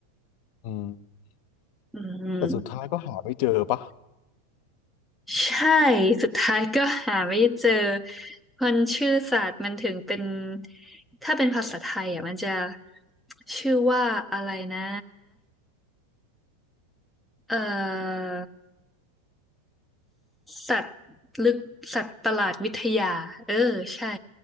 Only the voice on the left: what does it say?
อืม
แต่สุดท้ายก็หาไม่เจอป่ะ